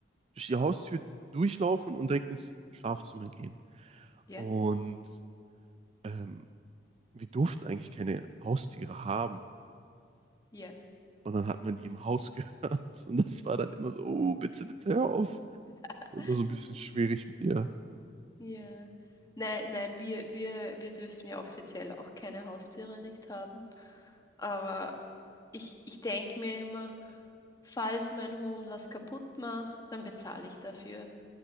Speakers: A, on the right; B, on the left.
A: durch die Haustür durchlaufen und direkt ins Schlafzimmer gehen.
B: Ja,
A: Und ähm, wir durften eigentlich keine Haustiere haben.
B: ja.
A: Und dann hat man die im Haus <laughs> gehört. Und das war dann immer so, oh, bitte, bitte hör auf.
B: <laughs>
A: Wird immer so ein bisschen schwierig mit ihr.
B: Ja. Nein, nein, wir, wir, wir dürfen ja offiziell auch keine Haustiere nicht haben. Aber ich, ich denke mir immer, falls mein Hund was kaputt macht, dann bezahle ich dafür.